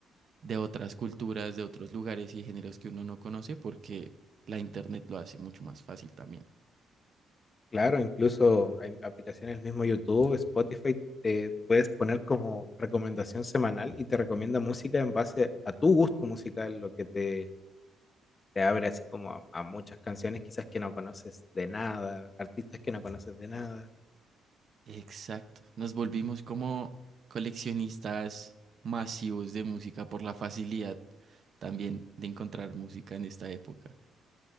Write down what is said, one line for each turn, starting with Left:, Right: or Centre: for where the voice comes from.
Right: de otras culturas, de otros lugares y géneros que uno no conoce porque la internet lo hace mucho más fácil también.
Left: Claro, incluso hay aplicaciones, mismo YouTube, Spotify, te puedes poner como recomendación semanal y te recomienda música en base a tu gusto musical, lo que te, te abre así como a, a muchas canciones quizás que no conoces de nada, artistas que no conoces de nada.
Right: Exacto. Nos volvimos como coleccionistas masivos de música por la facilidad también de encontrar música en esta época.